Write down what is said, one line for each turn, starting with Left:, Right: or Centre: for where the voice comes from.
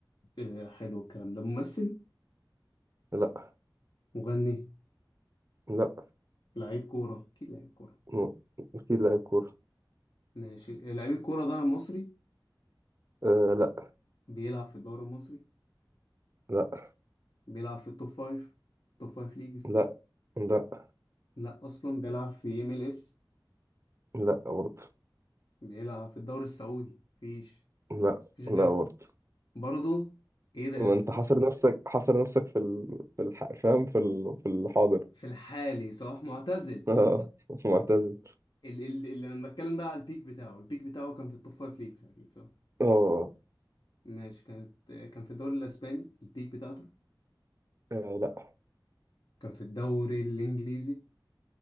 Left: آه، حلو الكلام ده ممثل
Right: لا
Left: مغني
Right: لا
Left: لعيب كورة أكيد لعيب كورة
Right: م- اكيد لاعب كورة
Left: ماشي لعيب الكورة ده مصري
Right: آه لا
Left: بيلعب في الدوري المصري
Right: لا
Left: بيلعب في التوب فايف توب فايف ليجز
Right: لا لا
Left: لا أصلا بيلعب في ام ال اس
Right: لا برضه
Left: بيلعب في الدوري السعودي مفيش
Right: لا
Left: مفيش
Right: لا
Left: غير
Right: برضه
Left: برضه إيه ده يا
Right: ما
Left: اسطى
Right: انت حاصر نفسك حاصر نفسك في ال... في الح... فاهم في ال... في الحاضر
Left: في الحالي صلاح معتزل
Right: <laughs> اه معتزل
Left: ال ال ال أنا بتكلم بقى على البيك بتاعه البيك بتاعه كان في التوب فايف ليجز أكيد صح
Right: اه
Left: ماشي كانت كان في الدوري الأسباني البيك بتاعته
Right: آه، لا
Left: كان في الدوري الإنجليزي